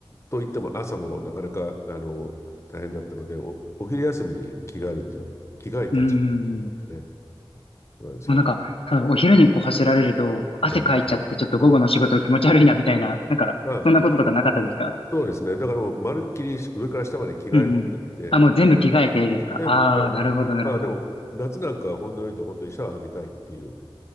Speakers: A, on the left; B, on the left.
A: といっても朝もなかなかあの大変だったのでおお昼休みに着替えるっていうの着替えて走るんですよね
B: うん。も
A: そうなんですよ。
B: うなんか、ただお昼にこう走られると、汗かいちゃってちょっと午後の仕事気持ち悪いなみたいな、
A: え
B: なんか、
A: まあ
B: そんなこととかなかったですか
A: そうですねだからもうまるっきり上から下まで着替え持ってっ
B: うんうん。あ、もう全部着替えていいですかああー、
A: て全部着替えです。
B: なるほどなるほど。
A: まあでも夏なんかはほんの言うと本当にシャワー浴びたいっていう